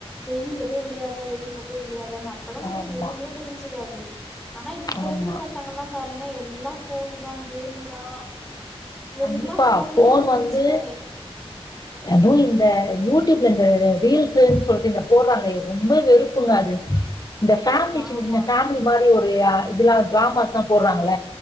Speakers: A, in the centre; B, on the left (about 40°).
A: வெயில போயி வெளையாடுற வெயில போயி வெளையாடுறே அப்பெல்லா நமக்கு
B: ஆமா
A: எதுவுமே தெரிஞ்சிக்காது ஆனா இப்ப
B: ஆமா
A: இருக்கிற பசங்கெல்லா பாருங்க எல்லா ஃபோனு தா கேமு தா எல்லா
B: கண்டிப்பா
A: ஃபோன்லயே
B: ஃபோன்
A: மூழ்கிடுச்சுங்க
B: வந்து அதுவு இந்த யூடியூப்ல இந்த ரீல்ஸ்ன் சொல்ட்டு இந்த போடுவாங்லே ரொம்ப வெறுப்புங்க அது இந்த ஃபேமிலி
A: ஆமா
B: சின்ன சின்ன ஃபேமிலி மாரி ஒரு ஆ இதுல்லா டிராமாஸ் லா போடுறாங்கள